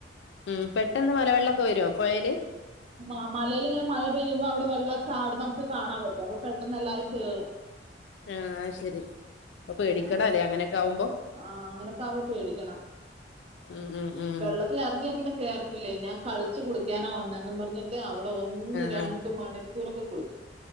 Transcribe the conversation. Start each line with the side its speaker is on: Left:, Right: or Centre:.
Left: ഉം പെട്ടെന്ന് മലവെള്ളമൊക്കെ വരുമോ പുഴല്
Right: മ മലൽ ഇങ്ങനെ മഴ പെയ്യുമ്പോ അവിടെ വെള്ളംചാടും നമുക്ക് കാണാൻ പറ്റും അപ്പൊ പെട്ടെന്ന് എല്ലാവരും കയറും
Left: ആഹ ശെരി അപ്പൊ പേടിക്കണം
Right: ആ
Left: അല്ലെ അങ്ങനൊക്കെ ആവുമ്പോ
Right: ആ അങ്ങനോക്കെയാവുമ്പോൾ പേടിക്കണം
Left: ഉം ഉം ഉം
Right: വെള്ളത്തിറങ്ങിയ പിന്നെ റത്തില്ലേ ഞാൻ കളിച്ച് കുളി ളിക്കാന വന്നന്ന് പറഞ്ഞിട്ട് അവിടെ ഒന്ന്
Left: ആഹ്
Right: രണ്ട
Left: ആഹ്
Right: മണി <unintelligible>